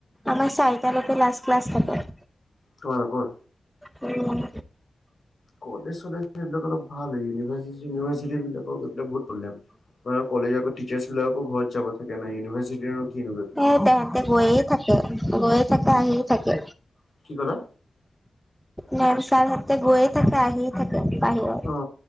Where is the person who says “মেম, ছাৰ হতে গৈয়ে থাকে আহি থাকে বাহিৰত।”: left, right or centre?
Centre